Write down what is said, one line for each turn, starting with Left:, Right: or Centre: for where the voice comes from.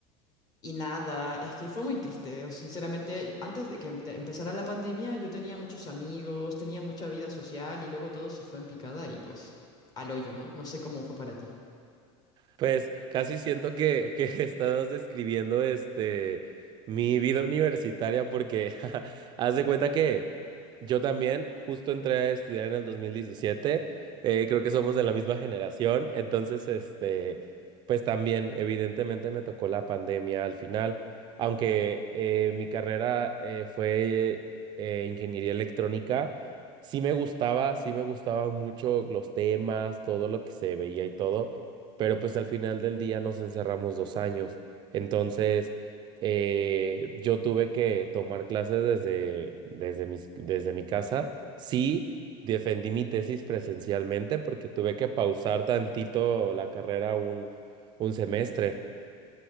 Left: Y nada, es que fue muy triste, o sinceramente, antes de que empe- empezara la pandemia yo tenía muchos amigos, tenía mucha vida social y luego todo se fue en picada y pues al hoyo, ¿no? No sé cómo fue para ti.
Right: Pues casi siento que, que <laughs> estás describiendo este mi vida universitaria porque <laughs> haz de cuenta que yo también justo entré a estudiar en el 2017, eh, creo que somos de la misma generación, entonces este pues también evidentemente me tocó la pandemia al final, aunque eh, mi carrera eh, fue eh, ingeniería electrónica, sí me gustaba, sí me gustaba mucho los temas, todo lo que se veía y todo pero pues al final del día nos encerramos dos años. Entonces, eh, yo tuve que tomar clases desde, desde mis- desde mi casa. Sí, defendí mi tesis presencialmente porque tuve que pausar tantito la carrera un, un semestre.